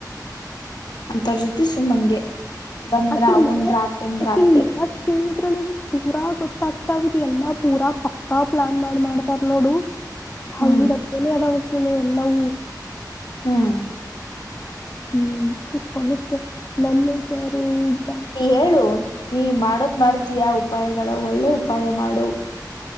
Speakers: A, on the left; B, on the left.
A: ಅಂತರ್ ಜೊತೆ ಸುಮ್ಮಂಗೆ ಬಂದ್ರ
B: ಅಕಿನ್ ಮಾತ್
A: ಉಂಡ್ರ ತಿಂದ್ರ
B: ಆಕಿನ
A: ಅಟ್ಟೆ
B: ಮಾತ್ ಕೇಳು ತ್ರ ನಂಗ ಪೂರಾ ಗೊತ್ತಾಗ್ತಾವತ್ ಎಲ್ಲಾ ಪೂರಾ ಪಕ್ಕಾ ಪ್ಲಾನ್ ಮಾಡ್ ಮಾಡ್ತಾರ ನೋಡು ಹಂಗ
A: ಹ್ಮ್
B: ತಲೆ ಅದಾವ ಅಕಿನ್ವೂ ನೌ
A: ಹ್ಮ್
B: ಹ್ಮ್ ಮ ನಾರೆ <unintelligible>
A: ಹೇಳು ಈ ಮಾಡೋದ್ ಮಾಡ್ತಯಾ. ಉಪಾಯಗಳ ಒಳ್ಳೆ ಉಪಾಯ ಮಾಡೊ.